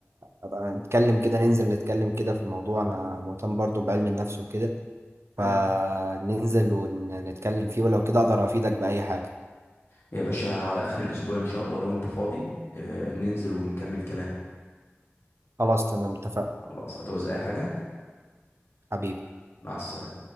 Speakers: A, on the right (about 70°); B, on the left (about 65°).
A: أبقى نتكلم كده ننزل نتكلم كده في الموضوع أنا مهتم برضو بعلم النفس وكده فننزل
B: أيوه
A: ونتكلم فيه ولو كده أقدر أفيدك بأي حاجة
B: يا باشا على آخر الأسبوع إن شاء الله لو أنت فاضي آه ننزل ونكمل كلام
A: خلاص تمام اتفقنا
B: خلاص هتعوز أي حاجة
A: حبيبي
B: مع السلامة